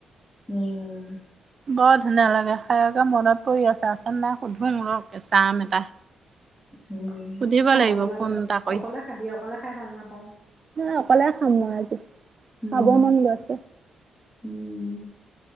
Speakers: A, on the left; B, on the right.
A: উম
B: বৰ ধুনীয়া লাগে খায়কে মনত পৰি আছেনে নাই সুধো ৰ কেঁচা আম এটা
A: উম
B: সুধিব
A: অ
B: লাগিব
A: অকলে
B: ফোন
A: অকলে
B: এটা কৰি।
A: অকলে খাবি অকলে খাই ভাল নাপাওঁ
B: মই অকলে খাম মই আজি
A: উম
B: খাব মন গৈ ছে
A: উম